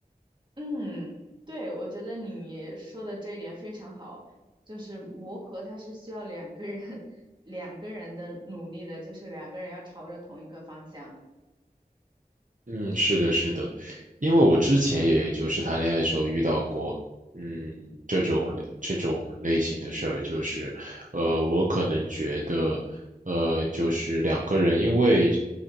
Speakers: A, on the right; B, on the right.
A: 嗯，对，我觉得你说的这一点非常好，就是磨合它是需要两个人 <laughs> 两个人的努力的，就是两个人要朝着同一个方向。
B: 嗯，是的，是的，
A: 嗯
B: 因为我之前也就是谈恋爱的时候遇到过，嗯，这种这种类型的事儿，就是，呃，我可能觉得，呃，就是两个人因为